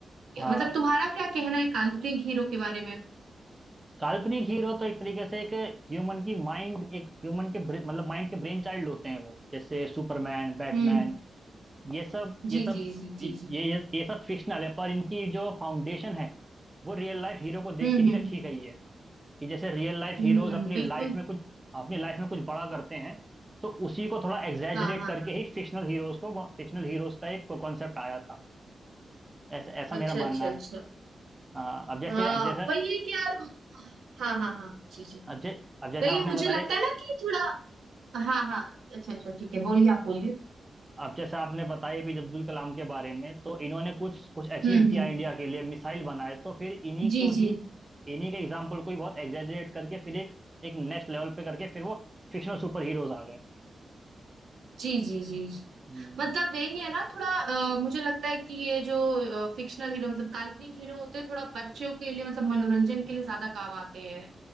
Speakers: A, on the right; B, on the right.
A: हाँ
B: मतलब तुम्हारा क्या कहना है काल्पनिक हीरो के बारे में
A: काल्पनिक हीरो तो एक तरीके से एक ह्यूमन की माइंड एक ह्यूमन के ब्रे- मतलब माइंड के ब्रेन चाइल्ड होते हैं वो जैसे सुपरमैन बैटमैन
B: हम्म
A: ये सब ये
B: जी
A: सब
B: जी जी जी
A: ये
B: जी
A: ये ये सब फिक्शनल है पर इनकी जो फाउंडेशन है वो रियल लाइफ हीरो को देख
B: हम्म
A: के ही
B: हम्म
A: रखी गई है कि जैसे रियल लाइफ
B: हम्म
A: हीरोज
B: हम्म,
A: अपनी
B: बिल्कुल
A: लाइफ में कुछ अपनी लाइफ में कुछ बड़ा करते हैं तो उसी को थोड़ा एग्जैजरेट
B: हाँ हाँ
A: करके
B: हाँ
A: ही फिक्शनल हीरोज को फिक्शनल हीरोज का एक कॉन्सेप्ट आया था ऐसा ऐसा मेरा
B: अच्छा अच्छा
A: मानना है
B: अच्छा
A: हाँ अब जैसे
B: हाँ
A: अब जैसे
B: वही है कि यार हाँ हाँ हाँ जी जी
A: अब जै, अब जैसे
B: वही
A: आपने
B: मुझे
A: बताया
B: लगता है ना कि थोड़ा हाँ हाँ अच्छा अच्छा ठीक है बोलिए आप बोलिए
A: अब जैसे आपने बताया भी अब्दुल कलाम के बारे में तो इन्होंने कुछ कुछ अचीव
B: हम्म
A: किया
B: हम्म
A: इंडिया के लिए मिसाइल बनाए तो फिर इन्हीं
B: जी
A: को
B: जी
A: ही इन्हीं के एग्जाम्पल को ही बहुत एग्जैजरेट करके फिर एक एक नेक्स्ट लेवल पे करके फिर वो फिक्शनल सुपर हीरोज आ गए
B: जी जी जी
A: हम्म,
B: मतलब वही है ना थोड़ा अ, मुझे लगता है कि ये जो फिक्शनल हीरो मतलब काल्पनिक हीरो होते हैं थोड़ा बच्चों के लिए मतलब मनोरंजन
A: हम्म,
B: के लिए ज्यादा काम आते हैं